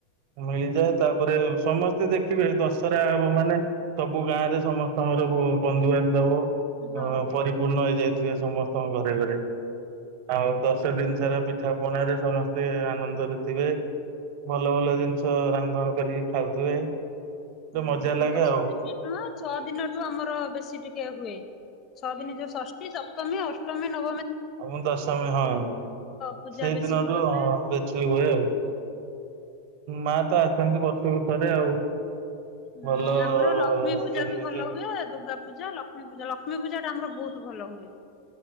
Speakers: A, on the right; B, on the left.
A: ମିଳିଯାଏ ତାପରେ ସମସ୍ତେ ଦେଖିବେ ଦଶହରା ହବ ମାନେ ସବୁ ଗାଁ ରେ ସମସ୍ତଙ୍କର ବନ୍ଧୁବାନ୍ଧବ
B: ହଁ।
A: ଅ ପରିପୂର୍ଣ୍ଣ ହେଇଯାଇ ସମସ୍ତଙ୍କ ଘରେ ଘରେ ଆଉ ଦଶ ଦିନ ସାରା ପିଠା ପଣା ରେ ସମସ୍ତେ ଆନନ୍ଦରେ ଥିବେ ଭଲ ଭଲ ଜିନିଷ ରାନ୍ଧଣ କରି ଖାଉଥିବେ। ଗୋଟେ
B: ହୁଁ
A: ମଜା ଲାଗେ
B: ଦଶ
A: ଆଉ
B: ଦିନ ନୁହଁ ଛଅ ଦିନ ଠୁ ଆମର ବେଶୀ ଟିକେ ହୁଏ। ଛଅ ଦିନ ଯୋଉ ଷଷ୍ଠୀ ଅଷ୍ଟମ ଅଷ୍ଟମୀ ନ
A: ଆ ମୁ ଦଶମୀ ହଁ
B: ପୂଜା
A: ସେଇ
B: ବେଶୀ
A: ଦିନଠୁ
B: ଟିକେ ହୁଏ
A: ହଁ
B: ଆଉ।
A: ବଚିଲି ହୁଏ ଆଉ ମା ତ ଆସନ୍ତି ବର୍ଷକୁ ଥରେ ଆଉ
B: ହୁଁ
A: ଭଲ
B: ଆମର ଲକ୍ଷ୍ମୀ ପୂଜା
A: ଇଏ ନେଇକି
B: ବି ଭଲ ହୁଏ ଦୁର୍ଗା ପୂଜା ଲକ୍ଷ୍ମୀ ପୂଜା ଲକ୍ଷ୍ମୀ ପୂଜା ଆମର ବହୁତ ଭଲ ହୁଏ।